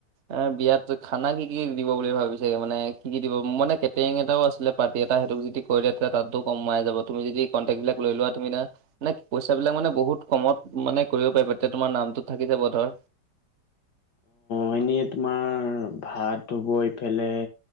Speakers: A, on the right; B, on the left.
A: এ বিয়াত খানা কি কি দিব বুলি ভাবিছে? মানে কি কি দিব! মোৰ মানে কেটেৰিং এটাও আছিলে। পাৰ্টি এটা, সেইটোক যদি কৈ দিয়া। তেতিয়া তাতো কমাই যাব, তুমি যদি কণ্টেক্টবিলাক লৈ লোৱা তুমি। মানে পইচাবিলাক মানে বহুত কমত মানে কৰিব পাৰিবা। তেতিয়া তোমাৰ নামটো থাকি যাব ধৰ।
B: হয়নি, তোমাৰ ভাত হ'ব এইফালে,